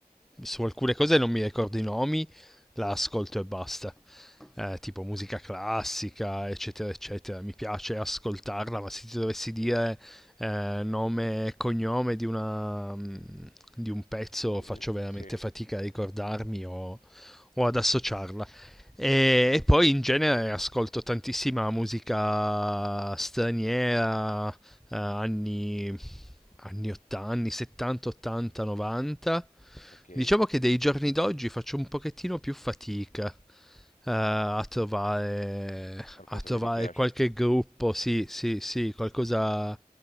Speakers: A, in the centre; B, on the left (about 50°).
A: su alcune cose non mi ricordo i nomi, la ascolto e basta. Eh, tipo musica classica, eccetera, eccetera. Mi piace ascoltarla, ma se ti dovessi dire eh, nome e cognome di una, mm, di un pezzo,
B: di-
A: faccio veramente
B: sì,
A: fatica a ricordarmi o o ad associarla. E,
B: O-
A: e poi in genere ascolto tantissima musica straniera, eh, anni, anni 80, anni 70, 80, 90.
B: ok.
A: Diciamo che dei giorni d'oggi faccio un pochettino più fatica eh, a trovare,
B: Qualcosa
A: a trovare
B: che ti piace?
A: qualche gruppo, sì, sì, sì, qualcosa,